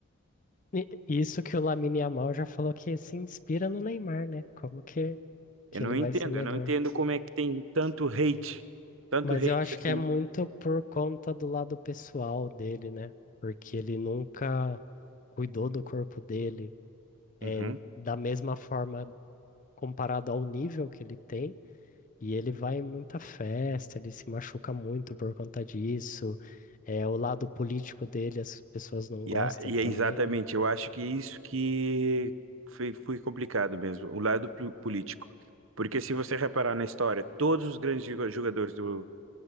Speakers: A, on the left; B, on the right.
A: E- Isso que o Lamine Yamal já falou que se inspira no Neymar, né? Como que, que
B: Eu não
A: ele vai
B: entendo,
A: ser melhor?
B: eu não entendo como é que tem tanto hate, tanto
A: Mas
B: hate
A: eu acho
B: assim.
A: que é muito por conta do lado pessoal dele, né? Porque ele nunca cuidou do corpo dele, é,
B: Uhum.
A: da mesma forma comparado ao nível que ele tem. E ele vai em muita festa, ele se machuca muito por conta disso. É, o lado político dele, as pessoas não
B: E,
A: gostam
B: a- e
A: também,
B: é exatamente,
A: né?
B: eu acho que é isso que foi, foi complicado mesmo, o lado pol- político. Porque se você reparar na história, todos os grandes joga- jogadores do,